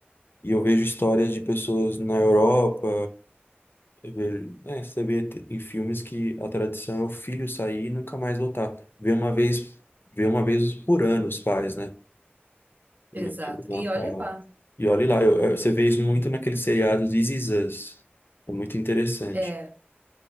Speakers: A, on the left (about 60°); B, on the right (about 45°).
A: E eu vejo histórias de pessoas na Europa, eu vejo, é, você vê t- em filmes que a tradição é o filho sair e nunca mais voltar. Vê uma vez, vê uma vez por ano os pais, né?
B: Exato.
A: No pelo Natal.
B: E olha lá.
A: E olha lá, eu- eu- você vê isso muito naqueles seriados This Is Us. É muito interessante.
B: É,